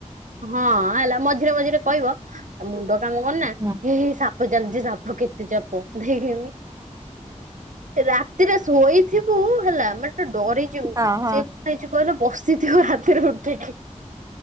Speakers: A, on the right; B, on the right.
A: ହଁ ହେଲା ମଝିରେ ମଝିରେ କହିବ ତା ମୁଣ୍ଡ କାମ କରୁନି ନା,
B: ହୁଁ
A: ହେ ହେ ସା ସାପ ଚାଲଛି ସାପ କେତେ ଚାପ ଦେଖେନି। ରାତିରେ ଶୋଇଥିବୁ ହେଲା <unintelligible> ଡରିଯିବୁ
B: ହଁ ହଁ
A: ସେ କଣ ହେଇଛୁ କହିଲୁ ବସିଥିବ ରାତିରେ ଉଠିକି।